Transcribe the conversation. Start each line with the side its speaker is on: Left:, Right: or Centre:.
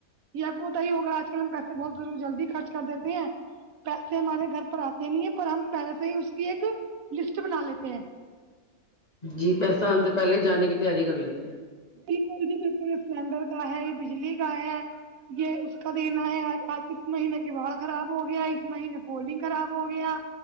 Right: یہ اب ہوتا ہی ہوگا آج کل ہم پیسے بہت ضرور جلدی خرچ کر دیتے ہیں پیسے ہمارے گھر پر آتے نہیں ہے پر ہم پہلے سے ہی اس کی ایک لسٹ بنا لیتے ہیں
Left: جی پیسہ آنے سے پہلے ہی جانے کی تیاری کر لیتے ہیں
Right: بالکل جی بالکل یہ سلنڈر کا ہے یہ بجلی کا ہے یہ اس کا دینا ہےآج آج کس مہینے کی باڑھ خراب ہو گیا ہے اس مہینے پولنگ خراب ہو گیا